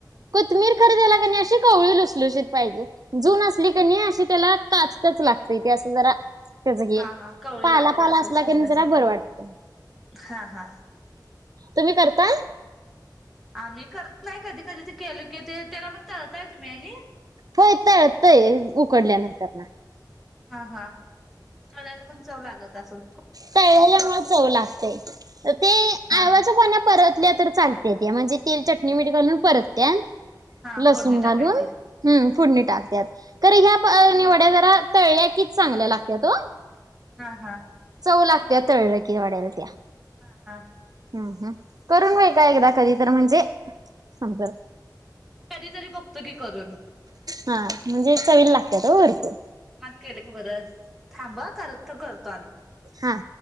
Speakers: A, on the right; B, in the centre.
A: कोथमीर खर त्याला कणी अशी कवळी लुसलुशीत पाहिजे जून असली कणी अशी त्याला काचकच लागते इ ते असं जरा त्याच हे
B: हा हा कवळी
A: पाला
B: लागत
A: पाला
B: असं
A: असला
B: शिजण्यासाठीार
A: कणी जरा बरं वाटतय.
B: हा हा
A: तुम्ही करता
B: आम्ही करत नाही कधी कधी ते केले की ते त्याला मग तळताय तुम्ही आणि
A: होय तळतय उकडल्यानंतर ना
B: हा हा चळायला पण चव लागत असल
A: तळल्यामुळे चव लागते ते
B: हा
A: आवळाच्या पाणा परत तर चालत म्हणजे ते चट मठ घालून परत्या
B: हा
A: लसूण
B: फोडणी
A: घालून
B: टाकायची
A: हम् फोडणी टाकत्यात खर ह्या निवड्या जरा तळ्या कीच चांगल्या लागत्या ओ
B: हा हा
A: चऊ लागत तळ कि वाड्याला त्या
B: हा हा
A: ह ह करून बयगा का एकदा कधी तर म्हणजे समजल
B: कधीतरी बघतो की करून
A: हा म्हणजे चवी लाग त्यात भरप
B: केलकी बर थांबा करत करतो आणि
A: हा.